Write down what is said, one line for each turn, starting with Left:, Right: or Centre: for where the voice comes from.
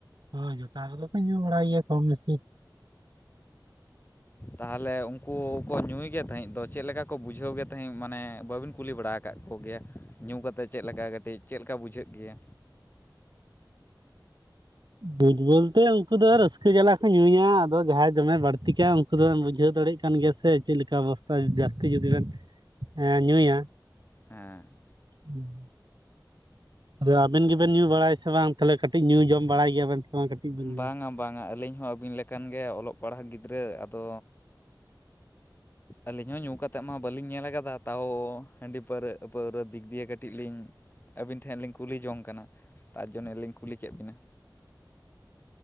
Right: ᱦᱳᱭ ᱡᱚᱴᱟᱣ ᱠᱚᱫᱚᱠᱚ ᱧᱩ ᱵᱟᱲᱟᱭ ᱜᱮᱭᱟ ᱠᱚᱢ ᱵᱮᱥᱤ
Left: ᱛᱟᱦᱚᱞᱮ ᱩᱱᱠᱩ ᱠᱚ ᱧᱩᱭ ᱜᱮ ᱛᱟᱦᱮᱸᱫ ᱫᱚ ᱪᱮᱫᱞᱠᱟ ᱠᱚ ᱵᱩᱡᱷᱟᱹᱣ ᱜᱮ ᱛᱟᱦᱮᱸᱫ ᱢᱟᱱᱮ ᱵᱟᱹᱵᱤᱱ ᱠᱩᱞᱤ ᱵᱟᱲᱟ ᱟᱠᱟᱫ ᱠᱚᱜᱮᱭᱟ ᱧᱩ ᱠᱟᱛᱮᱫ ᱪᱮᱫ ᱞᱮᱠᱟ ᱠᱟᱹᱴᱤᱡ ᱪᱮᱫ ᱞᱮᱠᱟ ᱵᱩᱡᱷᱟᱹᱜ ᱜᱮᱭᱟ
Right: ᱧᱩ ᱵᱚᱞᱛᱮ ᱩᱱᱠᱩ ᱫᱚ ᱨᱟᱹᱥᱠᱟᱹ ᱡᱟᱞᱟ ᱠᱚ ᱧᱩᱭᱟ ᱟᱫᱚ ᱡᱟᱦᱟᱸᱭ ᱫᱚᱢᱮ ᱵᱟᱹᱲᱛᱤ ᱠᱟᱭ ᱩᱱᱠᱩ ᱩᱱᱠᱩ ᱫᱚᱵᱮᱱ ᱵᱩᱡᱷᱟᱹᱣ ᱫᱟᱲᱮᱭᱟᱜ ᱠᱟᱱ ᱜᱮᱭᱟ ᱥᱮ ᱪᱮᱫ ᱞᱮᱠᱟ ᱚᱵᱚᱥᱛᱟ ᱡᱟᱹᱥᱛᱤ ᱡᱩᱫᱤ ᱵᱮᱱ ᱧᱩᱭᱟ
Left: ᱦᱮᱸ
Right: ᱦᱩᱸ ᱟᱫᱚ ᱟᱵᱮᱱ ᱜᱮᱵᱮᱱ ᱧᱩ ᱵᱟᱲᱟᱭᱟ ᱥᱮ ᱵᱟᱝ ᱛᱟᱦᱚᱞᱮ ᱠᱟᱹᱴᱤᱡ ᱧᱩ ᱡᱚᱢ ᱵᱟᱲᱟᱭ ᱜᱮᱭᱟᱵᱮᱱ ᱥᱮ ᱵᱟᱝ ᱠᱟᱹᱴᱤᱡ ᱵᱮᱱ ᱞᱟᱹᱭᱟ?
Left: ᱵᱟᱝᱟ ᱵᱟᱝᱟ ᱟᱹᱞᱤᱧ ᱦᱚᱸ ᱟᱹᱵᱤᱱ ᱞᱮᱠᱟᱱ ᱜᱮ ᱚᱞᱚᱜ ᱯᱟᱲᱦᱟᱜ ᱜᱤᱫᱽᱨᱟᱹ ᱟᱫᱚ ᱟᱹᱞᱤᱧ ᱦᱚᱸ ᱧᱩ ᱠᱟᱛᱮᱫ ᱢᱟ ᱵᱟᱹᱞᱤᱧ ᱧᱮᱞ ᱠᱟᱫᱟ ᱛᱟᱣ ᱦᱟᱺᱰᱤ ᱯᱟᱹᱣᱨᱟᱹ ᱯᱟᱹᱣᱨᱟᱹ ᱫᱤᱠ ᱫᱤᱭᱮ ᱠᱟᱹᱴᱤᱡ ᱞᱤᱧ ᱟᱹᱵᱤᱱ ᱴᱷᱮᱱ ᱞᱤᱧ ᱠᱩᱞᱤ ᱡᱚᱝ ᱠᱟᱱᱟ ᱛᱟᱨ ᱡᱚᱱᱱᱚ ᱞᱤᱧ ᱠᱩᱞᱤ ᱠᱮᱫ ᱵᱤᱱᱟ